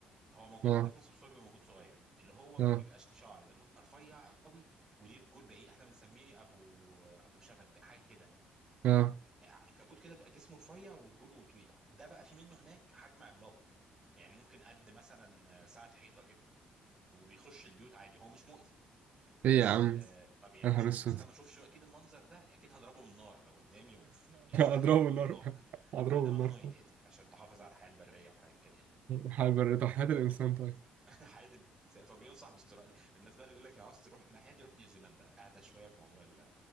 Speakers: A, on the right; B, on the right.
A: هو موجود
B: اه
A: عندنا في مصر بس هو بيبقى موجود صغير اللي هو
B: اه
A: ما بيبقاش ليه شعر ده اللي هو بيبقى رفيع قوي وليه رجول بعيد احنا بنسميه ابو ابو شبت حاجه كده
B: اه
A: عنكبوت كده بقى جسمه رفيع ورجوله طويله ده بقى في منه هناك حجم عملاق يعني ممكن قد مثلا ساعه حيطه كده وبيخش البيوت عادي هو مش مؤذي
B: ايه
A: بس
B: يا عم
A: آه، ما بيعملش
B: يا نهار
A: حاجه
B: اسود
A: بس انا
B: <laughs>
A: ما اشوفش اكيد المنظر ده اكيد هضربه بالنار لو قدامي في ايد سلاح
B: اضربه
A: هضربه
B: النار
A: بالنار
B: اضربه
A: فده
B: النار
A: ممنوع يتقتل عشان تحافظ على الحياه البريه وحاجات كده يعني
B: هيبرد حياة الانسان
A: اه ف- <laughs>
B: طيب
A: ف- حياه الانسان فبينصح باستراليا الناس بقى اللي بيقول لك لو عاوز تروح الناحيه دي روح نيوزيلندا اهدى شويه في موضوع ال...